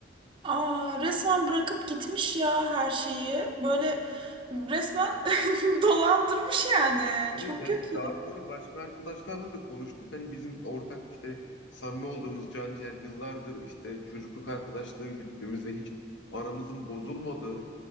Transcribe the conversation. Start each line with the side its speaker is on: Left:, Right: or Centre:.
Right: Aa, resmen bırakıp gitmiş ya her şeyi. Böyle resmen <laughs> dolandırmış yani.
Left: Evet
Right: Çok
Left: yani
Right: kötü.
Left: daha sonra başka arkadaşlarla da konuştuk. Hani bizim ortak işte samimi olduğumuz Canciğer yıllardır işte çocukluk arkadaşlığı güttüğümüz ve hiç aramızın bozulmadığı